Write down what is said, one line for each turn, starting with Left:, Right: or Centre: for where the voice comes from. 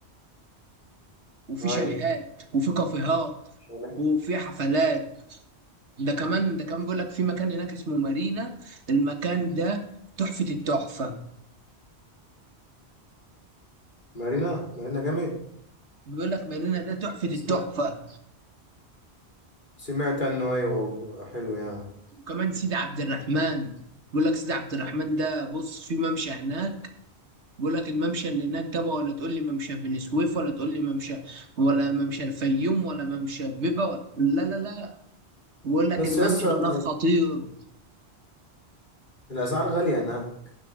Right: وفي
Left: أيوة
Right: شاليهات وفي كافيهات
Left: تمام
Right: وفي حفلات ده كمان ده كمان بيقول لك في مكان هناك اسمه مارينا المكان ده تحفة التحفة
Left: مارينا مارينا جامد
Right: بيقول لك مارينا ده تحفة التحفة
Left: سمعت سمعت عنه أيوة و- و- حلو يعني
Right: وكمان سيدي عبد الرحمن بيقول لك سيدي عبد الرحمن ده بص في ممشى هناك بيقول لك الممشى اللي هناك ده بقى ولا تقول لي ممشى بني سويف ولا تقول لي ممشى ولا ممشى الفيوم ولا ممشى بيبا ولا لا لا لا بيقول لك
Left: بس
Right: الممشى
Left: يسا
Right: هناك خطير
Left: الأسعار غالية هناك